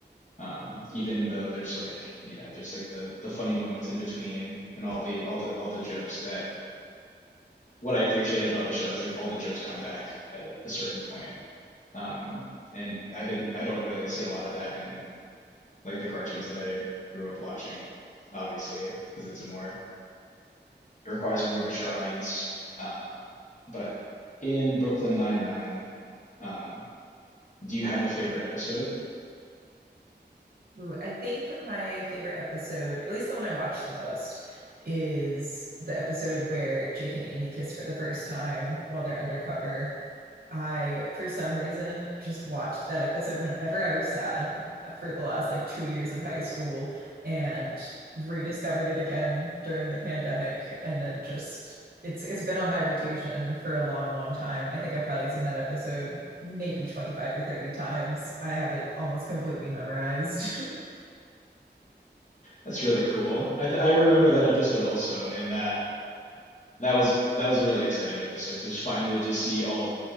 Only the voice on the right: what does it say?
Ooh, I think my favorite episode, at least the one I watched the most, is the episode where Jake and Amy kiss for the first time while they're undercover. I, for some reason, just watched that episode whenever I was sad for the last like two years of high school and rediscovered it again during the pandemic. And then just it's it's been on my rotation for a long, long time. I think I've probably seen that episode maybe 25 or 30 times. I have it almost completely memorized. <laughs>